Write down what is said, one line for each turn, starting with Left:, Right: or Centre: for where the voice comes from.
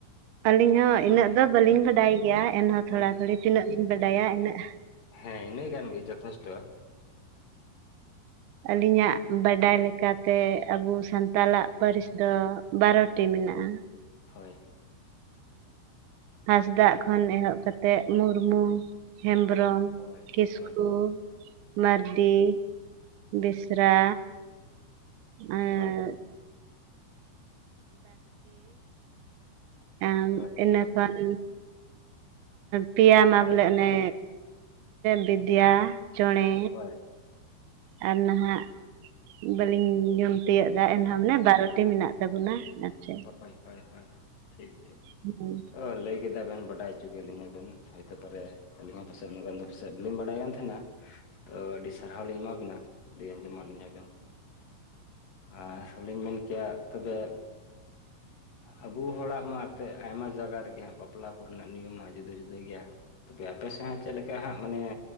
Right: ᱟᱹᱞᱤᱧ ᱦᱚᱸ ᱤᱱᱟᱹᱜ ᱫᱚ ᱵᱟᱹᱞᱤᱧ ᱵᱟᱰᱟᱭ ᱜᱮᱭᱟ᱾ ᱮᱱᱦᱚᱸ ᱛᱷᱚᱲᱟ
Left: ᱦᱮᱸ
Right: ᱛᱷᱚᱲᱤ ᱛᱤᱱᱟᱹᱜ ᱞᱤᱧ ᱵᱟᱰᱟᱭᱟ ᱤᱱᱟᱹᱜ
Left: ᱦᱮᱸ ᱤᱱᱟᱹ ᱜᱟᱱ ᱜᱮ ᱡᱚᱛᱷᱮᱥᱴᱚ
Right: ᱟᱹᱞᱤᱧᱟᱜ ᱵᱟᱰᱟᱭ ᱞᱮᱠᱟᱛᱮ ᱟᱵᱚ ᱥᱟᱱᱛᱟᱞᱟᱜ ᱯᱟᱹᱨᱤᱥ ᱫᱚ ᱵᱟᱨᱚᱴᱤ ᱦᱮᱱᱟᱜᱼᱟ᱾
Left: ᱦᱳᱭ
Right: ᱦᱟᱸᱥᱫᱟᱜ ᱠᱷᱚᱱ ᱮᱦᱚᱵ ᱠᱟᱛᱮᱫ ᱢᱩᱨ ᱨᱢᱩ ᱦᱮᱢᱵᱽᱨᱚᱢ
Left: ᱦᱳᱭ
Right: ᱠᱤᱥᱠᱩ
Left: ᱦᱳᱭ
Right: ᱢᱟᱹᱨᱰᱤ ᱵᱮᱥᱨᱟ ᱮᱸ
Left: ᱦᱳᱭ
Right: ᱮ
Left: ᱦᱳᱭ
Right: ᱤᱱᱟᱹᱠᱷᱟᱱ ᱯᱮᱭᱟ ᱢᱟ ᱵᱚᱞᱮ ᱚᱱᱮ ᱵᱤᱫᱤᱭᱟ ᱪᱚᱬᱮ
Left: ᱦᱳᱭ
Right: ᱟᱨ ᱱᱟᱦᱟᱜ ᱵᱟᱹᱞᱤᱧ ᱧᱩᱢ ᱛᱤᱭᱳᱜ ᱫᱟ ᱮᱱᱦᱚᱸ ᱢᱟᱱᱮ ᱵᱟᱨᱚᱴᱤ ᱢᱮᱱᱟᱜ ᱛᱟᱵᱚᱱᱟ᱾ ᱟᱨ ᱪᱮᱫ
Left: ᱦᱳᱭ ᱦᱳᱭ ᱦᱳᱭ ᱴᱷᱤᱠ ᱴᱷᱤᱠ
Right: ᱦᱩᱸ
Left: ᱛᱚ ᱞᱟᱹᱭ ᱠᱮᱫᱟ ᱵᱮᱮᱱ ᱵᱟ ᱵᱟᱰᱟᱭ ᱚᱪᱚ ᱠᱮᱫ ᱞᱤᱧᱟ ᱵᱮᱱ ᱦᱚᱭ ᱛᱚ ᱯᱚᱨᱮ ᱟᱹᱞᱤᱧ ᱦᱚᱸ ᱯᱟᱥᱮᱡ ᱩᱱᱟᱱᱟᱹ ᱜᱟᱱ ᱫᱚ ᱯᱟᱥᱮᱡᱞᱤᱧ ᱵᱟᱲᱟᱭ ᱠᱟᱱ ᱛᱟᱦᱮᱱᱟ ᱛᱚ ᱟᱹᱰᱤ ᱥᱟᱨᱦᱟᱣ ᱞᱤᱧ ᱮᱢᱟ ᱵᱮᱱᱟ ᱞᱟᱹᱭ ᱟᱸᱡᱚᱢ ᱟᱜ ᱞᱤᱧᱟᱵᱮᱱ ᱟᱨ ᱦᱚᱞᱮᱧ ᱢᱮᱱ ᱠᱮᱭᱟ ᱛᱚᱵᱮ ᱟᱵᱳ ᱦᱚᱲᱟᱜ ᱢᱟ ᱮᱛᱮ ᱟᱭᱢᱟ ᱡᱟᱭᱜᱟ ᱨᱮᱜᱮ ᱦᱟᱸᱜ ᱵᱟᱯᱞᱟ ᱠᱚᱨᱮᱱᱟᱜ ᱱᱤᱭᱚᱢ ᱢᱟ ᱡᱩᱫᱟᱹ ᱡᱩᱫᱟᱹ ᱜᱮᱭᱟ᱾ ᱛᱚᱵᱮ ᱟᱯᱮ ᱥᱮᱱ ᱪᱮᱫ ᱞᱮᱠᱟ ᱦᱟᱸᱜ ᱢᱟᱱᱮ